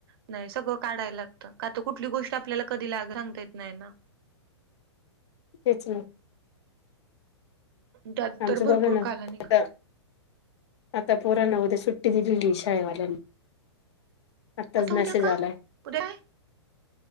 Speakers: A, on the right; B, on the left.
A: नाही सगळ काडाय काय लागतं. का तर कुटली गोष्ट ष्टआपल्याला कधी लाग सांगता येत नाही ना.
B: तेच
A: त्यात
B: आमचं
A: तर भरपूर
B: बघा ना
A: काला निघ
B: आता आता पोरांना उद्या सुट्टी दिलेली शाळेवाल्यांनी आत्ताच
A: आता उद्या
B: मेसेज
A: का?
B: आलाय.
A: उद्या काय